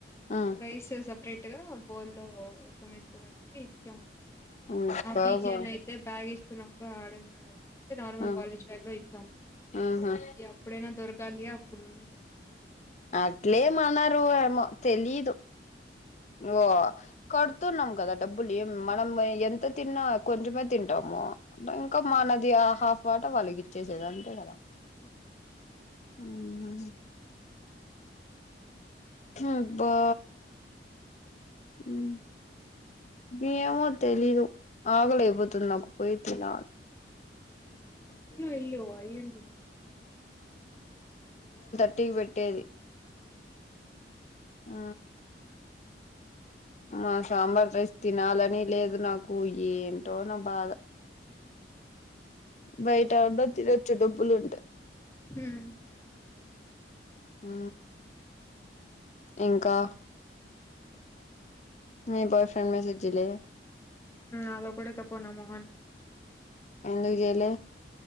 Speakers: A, on the left (about 40°); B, on the left (about 15°).
A: హ్మ్
B: రైస్ సపరేట్ బోల్లో రసం వేసుకుని వచ్చి ఇచ్చాం
A: హ్మ్
B: ఆ
A: బాబు
B: పిజి అన్న అయితే బ్యాగ్ సను అప్పుడు ఆడే ఉన్నాడు అంటే నార్మల్
A: హ్మ్
B: కాలేజ్ బైక్ లో ఇచ్చాం
A: ఊహూ
B: ఎప్పుడైనా దొరకాలియా అప్పుడుంది
A: అట్లేమన్రు ఏమో తెలీదు నువు కడుతున్నాం కదా డబ్బులు ఏం మనం ఎంత తిన్నా కొంచమే తింటాము ఇంకా మనది హాఫ్ వాటా వాళ్ళకి ఇచేసేది అంతే కదా
B: అ
A: ఉహు అబ్బా
B: ఏమైంది
A: హ్మ్ ఏమో తెలీదు ఆగలేక పోతుంది నాకు పోయోచ్చిన
B: తిను ఎళ్ళు అయ్యుంటుంది
A: ఇట్టికి పెట్టేది ఆ ఆ సాంబార్ రైస్ తినాలని లేదు నాకు ఏంటో నా బాధ బయటా యాన్నా తినచ్చు డబ్బులు ఉంటె
B: హ్మ్
A: ఆ ఇంకా
B: చెప్పు ఇంటా
A: మీ బాయ్ ఫ్రెండ్ మెసెజ్ చేయలే
B: అదొ ఒకటే తక్కువ నా మోహనికి
A: ఎందుకు జెయలే